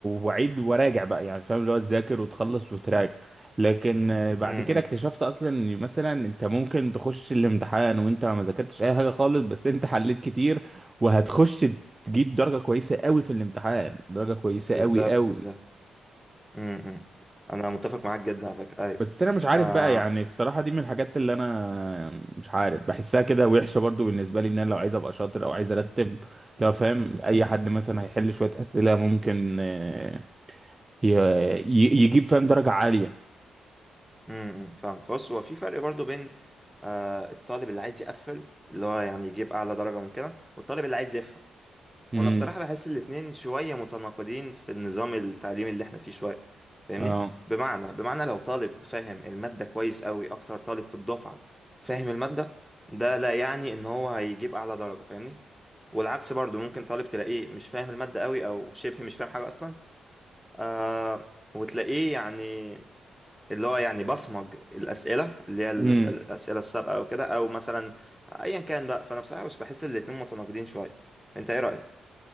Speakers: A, on the right (about 25°); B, in the centre.
A: واعيد وراجع بقى يعني فاهم اللي هو تذاكر وتخلص وتراجع لكن آه، بعد
B: امم
A: كده اكتشفت اصلا ان مثلا انت ممكن تخش الامتحان وانت ما ذاكرتش اي حاجه خالص بس انت حليت كتير وهتخش تجيب درجه كويسه قوي في الامتحان درجه كويسه
B: بالظبط
A: قوي قوي
B: بالظبط امم انا متفق معاك جدا على فكره ايوه
A: بس انا مش عارف
B: آه
A: بقى يعني الصراحه دي من الحاجات اللي انا مش عارف بحسها كده وحشه برضو بالنسبه لي ان انا لو عايز ابقى شاطر او عايز ارتب لو فاهم اي حد مثلا هيحل شويه اسئله ممكن آه، ي- ي- يجيب فاهم درجه عاليه
B: امم فاهم بص هو في فرق برضو بين آه الطالب اللي عايز يقفل اللي هو يعني يجيب اعلى درجة ممكنة والطالب اللي عايز يفهم
A: امم
B: وانا بصراحة بحس الاتنين شوية متناقضين في النظام التعليمي اللي احنا فيه شوية فاهمني
A: اه
B: بمعنى بمعنى لو طالب فاهم المادة كويس قوي اكتر طالب في الدفعة فاهم المادة ده لا يعني ان هو هيجيب اعلى درجة فاهمني والعكس برضو ممكن طالب تلاقيه مش فاهم المادة قوي او شبه مش فاهم حاجة اصلا آه وتلاقيه يعني اللي هو يعني بصمج الأسئلة اللي هي ال-
A: امم
B: الأسئلة السابقة أو كده أو مثلا أيا كان بقى فأنا بصراحة مش بحس الاتنين متناقضين شوية أنت إيه رأيك؟